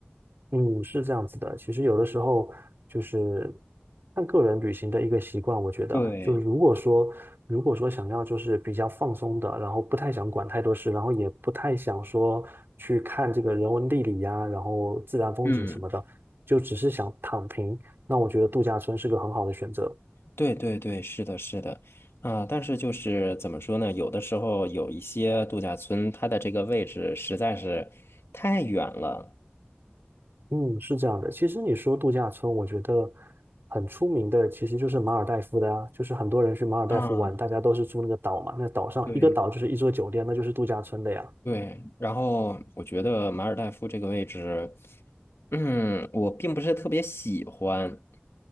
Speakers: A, on the right; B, on the left.
A: 嗯，是这样子的。其实有的时候就是看个人旅行的一个习惯，我觉得就是如果说如果说想要就是比较放松的，
B: 对，
A: 然后不太想管太多事，然后也不太想说去看这个人文地理呀、然后自然风景什么的，
B: 嗯，
A: 就只是想躺平，那我觉得度假村是个很好的选择。
B: 对对对，是的，是的，啊，但是就是怎么说呢？有的时候有一些度假村，它的这个位置实在是太远了。
A: 嗯，是这样的。其实你说度假村，我觉得很出名的其实就是马尔代夫的啊，就是很多人去马尔代夫玩，
B: 啊，
A: 大家都是住那个岛嘛，那岛上一个岛就是一座酒店，
B: 对，
A: 那就是度假村的呀。
B: 对，然后我觉得马尔代夫这个位置，嗯，我并不是特别喜欢，